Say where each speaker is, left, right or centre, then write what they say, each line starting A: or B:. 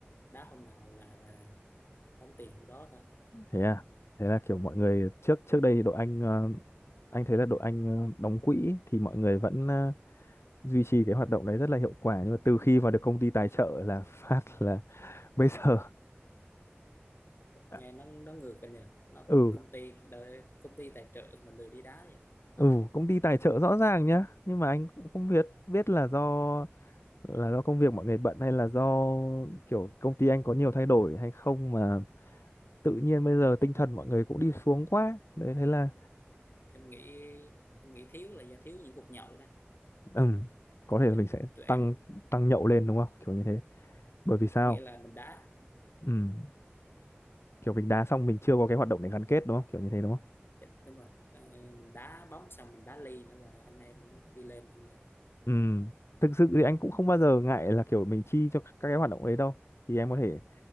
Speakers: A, on the left; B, on the left.
A: đá hôm nào là đóng tiền hôm đó thôi
B: thế à thế là kiểu mọi người trước trước đây thì đội anh ờ, anh thấy là đội anh ờ, đóng quỹ thì mọi người vẫn duy trì cái hoạt động đấy rất là hiệu quả nhưng mà từ khi vào được công ty tài trợ là phát là <laughs> bây giờ à,
A: nghe nó nó ngược anh nhỉ nó
B: ừ
A: công ty đợi, công ty tài trợ mình lười đi đá vậy
B: ừ công ty tài trợ rõ ràng nhá nhưng mà anh cũng không biết biết là do là do công việc mọi người bận hay là do kiểu công ty anh có nhiều thay đổi hay không mà tự nhiên bây giờ tinh thần mọi người cũng đi xuống quá đấy thế là
A: em nghĩ em nghĩ thiếu là do thiếu những cuộc nhậu đó
B: ừ, có thể là
A: chứ
B: mình sẽ
A: tụi em
B: tăng tăng nhậu lên đúng không kiểu như thế bởi vì sao
A: nghĩa là mình đá
B: ừ, kiểu mình đá xong mình chưa có cái hoạt động để gắn kết đúng không kiểu như thế đúng không
A: Dạ, đúng rồi Ờ, mình đá bóng xong mình đá ly nữa là anh em nó đi lên hơn nữa
B: Ừ, thực sự thì anh cũng không bao giờ ngại là kiểu mình chi cho các cái hoạt động đấy đâu. Thì em có thể